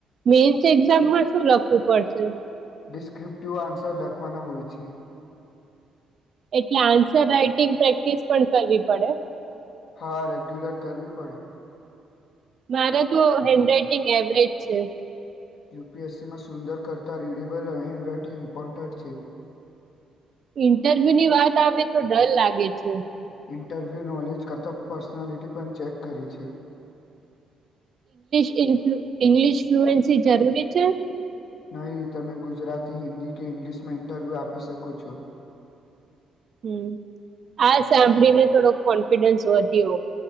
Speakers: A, on the right; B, on the left.
A: મેન્સ એક્ઝામમાં શું લખવું પડશે?
B: ડિસ્ક્રિપ્ટિવ આન્સર લખવાના હોય છે.
A: એટલે આન્સર રાઈટિંગ પ્રેક્ટિસ પણ કરવી પડે?
B: હા રેગ્યુલર કરવી પડે.
A: મારા તો હેન્ડ રાઈટિંગ એવરેજ છે.
B: યુપીએસસીમાં સુંદર કરતાં રીડેબલ હેન્ડ રાઈટિંગ ઇમ્પોર્ટન્ટ છે.
A: ઇન્ટરવ્યુની વાત આવે તો ડર લાગે છે.
B: ઇન્ટરવ્યુ નોલેજ કરતાં પર્સનાલિટી પણ ચેક કરે છે.
A: ઈ ફ્લૂ ઇંગ્લિશ ફ્લુએન્સી જરૂરી છે?
B: નહીં તમે ગુજરાતી, હિન્દી કે ઇંગ્લિશમાં ઇન્ટરવ્યુ આપી શકો છો.
A: હમ આ સાંભળીને થોડો કોન્ફિડન્સ વધ્યો.